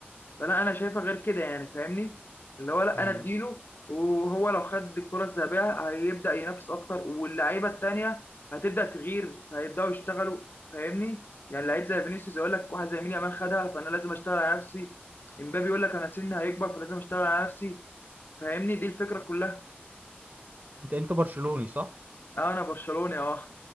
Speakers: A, on the left; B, on the right.
A: فانا انا شايفها غير كده يعني فاهمني اللي هو لا
B: مم.
A: انا اديله وهو لو خد الكره الذهبيه هيبدا ينافس اكتر واللعيبه التانيه هتبدا تغير هيبداوا يشتغلوا فاهمني يعني لعيب زي فينيسيوس يقول لك واحد زي مين يامال خدها فانا لازم اشتغل على نفسي امبابي يقول لك انا سني هيكبر فلازم اشتغل على نفسي فاهمني دي الفكره كلها
B: أنت أنت برشلوني صح؟
A: آه، انا برشلوني اه